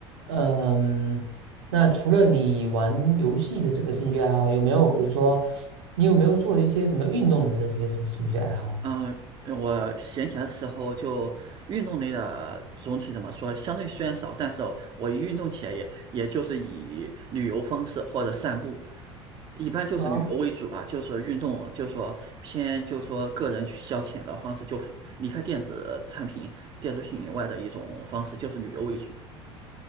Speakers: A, on the right (about 70°); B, on the right (about 30°).
A: 嗯，那除了你玩游戏的这个兴趣爱好，有没有比如说，你有没有做一些什么运动的这些什么兴趣爱好啊？
B: 嗯、我闲暇的时候就运动类的总体怎么说，相对虽然少，但是我一运动起来也也就是以旅游方式或者散步，一般就是旅游为主吧，
A: 哦，
B: 就是运动，就是说偏就是说个人去消遣的方式，就离开电子产品、电子品以外的一种方式，就是旅游为主。